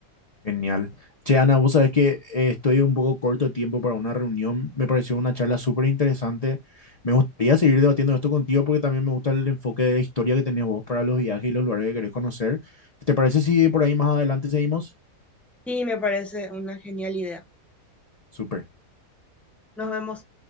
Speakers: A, on the left; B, in the centre.
A: genial. Che, Ana, vos sabés que eh, estoy un poco corto de tiempo para una reunión, me pareció una charla súper interesante. Me gustaría seguir debatiendo esto contigo porque también me gusta el enfoque de historia que tenés vos para los viajes y los lugares que querés conocer. ¿Te parece si por ahí más adelante seguimos?
B: y me parece una genial idea.
A: Súper.
B: Nos vemos.